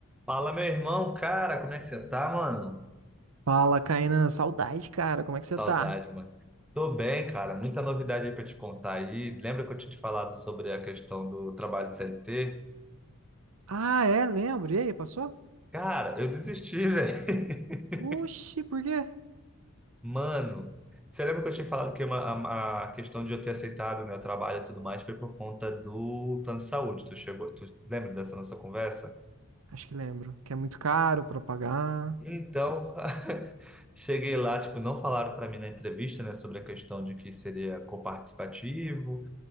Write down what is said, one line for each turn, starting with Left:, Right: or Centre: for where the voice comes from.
Centre: Fala, meu irmão, cara, como é que você tá, mano?
Right: Fala, Kainan. Saudade, cara. Como
Centre: Saudade,
Right: é que você tá?
Centre: mano. Tô bem, cara, muita novidade aí pra te contar aí. Lembra que eu tinha te falado sobre a questão do trabalho de CLT?
Right: Ah, é? Lembro. E aí, passou?
Centre: Cara, eu desisti, velho. <laughs>
Right: Oxi, por quê?
Centre: Mano, você lembra que eu tinha falado que uma- a, a questão de eu ter aceitado, né, o trabalho e tudo mais foi por conta do plano de saúde? Tu chegou, tu lembra dessa nossa conversa?
Right: Acho que lembro. Que é muito caro pra pagar.
Centre: Então, <laughs> cheguei lá, tipo, não falaram para mim na entrevista, né, sobre a questão de que seria coparticipativo.